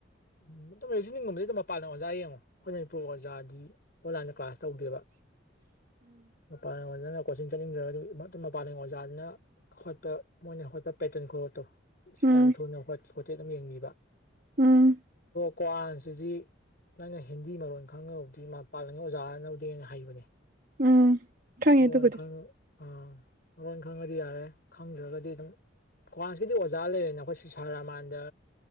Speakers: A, on the left; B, on the right.
A: ꯎꯝ ꯑꯗꯨꯝ ꯔꯤꯖꯅꯤꯡꯒꯨꯝꯗꯤ ꯑꯗꯨꯝ ꯃꯄꯥꯟ ꯂꯝ ꯑꯣꯖꯥ ꯌꯦꯡꯉꯣ ꯑꯩꯈꯣꯏ ꯃꯅꯤꯄꯨꯔ ꯑꯣꯖꯥꯗꯤ ꯑꯣꯟꯂꯥꯏꯟꯗ ꯀ꯭ꯂꯥꯁ ꯇꯧꯗꯦꯕꯥ
B: <inaudible>
A: ꯃꯄꯥꯟ ꯂꯝ ꯑꯣꯖꯥꯅ ꯀꯣꯆꯤꯡ ꯆꯠꯅꯤꯡꯗ꯭ꯔꯒꯗꯤ ꯃꯄꯥꯟ ꯂꯝ ꯑꯣꯖꯥꯗꯨꯅ ꯍꯣꯠꯄ ꯃꯣꯏꯅ ꯍꯣꯠꯄ ꯄꯦꯇ꯭ꯔꯟ ꯈꯨꯍꯣꯠꯇꯣ
B: ꯎꯝ
A: ꯀꯌꯥꯝ ꯊꯨꯅ ꯍꯣꯠꯀꯦ ꯀꯣꯇꯦꯠ ꯑꯗꯨꯝ ꯌꯦꯡꯕꯤꯕꯥ
B: ꯎꯝ
A: ꯀ꯭ꯋꯥꯟꯁ ꯁꯤꯖꯤ ꯅꯪꯅ ꯍꯤꯟꯗꯤ ꯃꯔꯣꯟ ꯈꯪꯉꯕꯕꯨꯗꯤ ꯃꯄꯥꯟꯂꯝꯒꯤ ꯑꯣꯖꯥꯅꯕꯨꯗꯤ ꯍꯦꯟꯅ ꯍꯩꯕꯅꯦ
B: ꯎꯝ ꯈꯪꯉꯦ
A: ꯃꯔꯣꯟ
B: ꯑꯗꯨꯕꯨꯗꯤ
A: ꯈꯪꯉ ꯑꯥ ꯃꯔꯣꯟ ꯈꯪꯉꯗꯤ ꯌꯥꯔꯦ ꯈꯪꯗ꯭ꯔꯒꯗꯤ ꯑꯗꯨꯝ ꯀ꯭ꯋꯥꯟꯁꯀꯤꯗꯤ ꯑꯣꯖꯥ ꯂꯩꯔꯦꯅ ꯑꯩꯈꯣꯏ ꯁꯤ ꯁꯔ ꯔꯥꯃꯥꯟꯗ